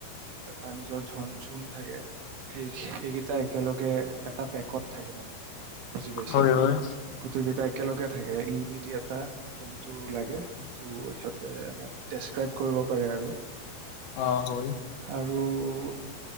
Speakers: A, on the right; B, on the left.
A: এটা নিজৰ ঝুন ঝুম থাকে। সেই সেইকেইটা একেলগে এটা পেকত থাকে, বুজি পাইছে?
B: হয় হয়
A: গোটেইকেইটা একেলগে থাকে। ইউনিটি এটা যোনটো লাগে সেইটো সিহঁতে আমাক- ডেচক্ৰাইব কৰিব পাৰে আৰু?
B: অ হয়
A: আৰু-